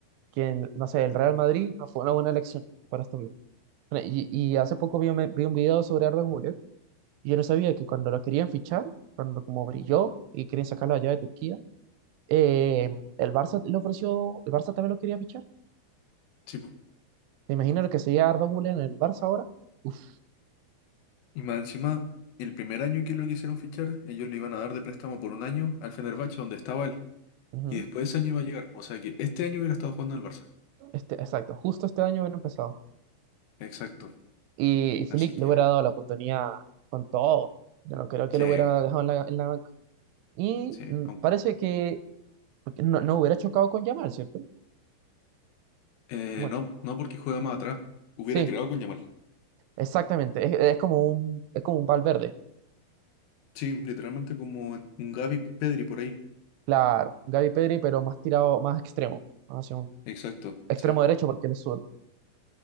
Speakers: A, on the right; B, on the left.
A: que el- no sé, el Real Madrid no fue una buena elección para este video. Y, y hace poco vi, un- vi un video sobre Arda Güler y yo no sabía que cuando lo querían fichar, cuando como brilló y querían sacarlo allá de Turquía, Eh, el Barça le ofreció, el Barça también lo quería fichar.
B: sí, pues.
A: ¿Te imaginas lo que sería Arda Güler en el Barça ahora? Uf,
B: Y más encima, el primer año que lo quisieron fichar, ellos le iban a dar de préstamo por un año al Fenerbahce, donde estaba él.
A: ujú.
B: Y después de ese año iba a llegar. O sea que este año hubiera estado jugando en el Barça.
A: Este, exacto, justo este año hubiera empezado.
B: Exacto.
A: Y, y Flick
B: Así que,
A: le hubiera dado la oportunidad con todo. Yo no creo que
B: sí,
A: lo hubiera dejado en la, en la banca. Y
B: sí.
A: mm,
B: Aun-
A: parece que porque no, no hubiera chocado con Yamal, ¿cierto?
B: eh,
A: Como,
B: no, no porque juega más atrás. Hubiera
A: sí,
B: creado con Yamal.
A: exactamente. Es, es como un, es como un Valverde.
B: Sí, literalmente como un Gavi Pedri por ahí.
A: Claro, Gaby Pedri, pero más tirado, más extremo. Hacia un
B: Exacto,
A: extremo
B: sí,
A: derecho porque él es zurdo.